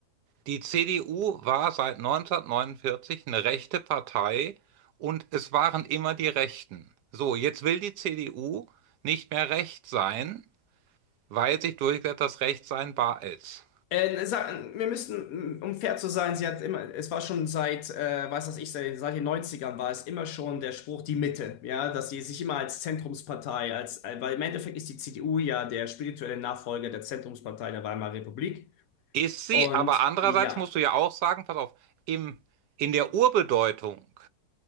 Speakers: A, on the right (about 80°); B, on the left (about 70°).
A: Die CDU war seit neunzehnhundertneunundvierzig eine rechte Partei und es waren immer die Rechten. So, jetzt will die CDU nicht mehr recht sein, weil sich durchgesetzt, dass Recht sein wahr ist.
B: Äh, sag, wir müssen, um fair zu sein, sie hat immer, es war schon seit, äh, weiß das ich, seit, seit den Neunzigern war es immer schon der Spruch, die Mitte, ja, dass sie sich immer als Zentrumspartei, als, äh, weil im Endeffekt ist die CDU ja der spirituelle Nachfolger der Zentrumspartei der Weimarer Republik.
A: Ist sie,
B: Und
A: aber andererseits
B: ja,
A: musst du ja auch sagen, pass auf, im, in der Urbedeutung